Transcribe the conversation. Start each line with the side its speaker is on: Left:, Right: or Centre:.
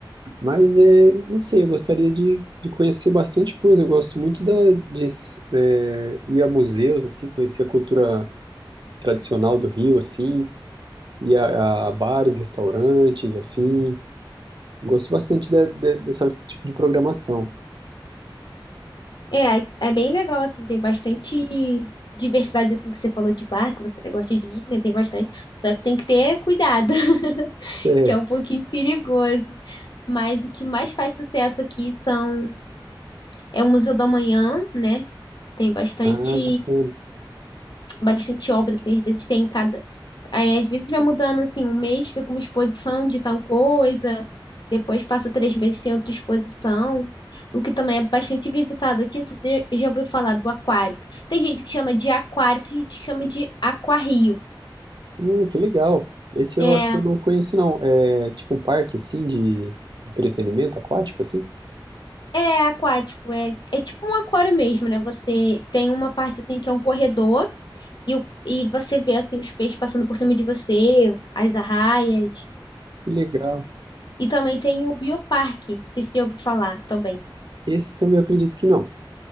Right: Mas é, não sei, eu gostaria de, de conhecer bastante coisa. Eu gosto muito da, de é, ir a museus, assim, conhecer a cultura tradicional do Rio, assim, ir a, a bares, restaurantes, assim. Gosto bastante de, de, desse tipo de programação.
Left: É, é é bem legal, assim, tem bastante diversidade, assim, que você falou de bar, que você gosta de ir, né? Tem bastante. Só que tem que ter cuidado, <laughs>
Right: Certo.
Left: que é um pouquinho perigoso. Mas o que mais faz sucesso aqui são... É o Museu do Amanhã, né? Tem bastante,
Right: Ah, bacana.
Left: bastante obra, assim, às vezes tem cada... Aí, às vezes vai mudando assim, um mês fica uma exposição de tal coisa, depois passa três meses tem outra exposição, o que também é bastante visitado aqui. Não sei se você já ouviu falar do aquário. Tem gente que chama de aquário, tem gente que chama de aquarrio.
Right: Hum, que legal. Esse eu
Left: É,
Right: acho que eu não conheço, não. É tipo um parque, assim, de de entretenimento aquático, assim?
Left: é aquático, é, é tipo um aquário mesmo, né? Você tem uma parte assim que é um corredor e, o- e você vê assim os peixes passando por cima de você, as arraias.
Right: Que legal.
Left: E também tem o bioparque, não sei se você já ouviu falar também.
Right: Esse também eu acredito que não.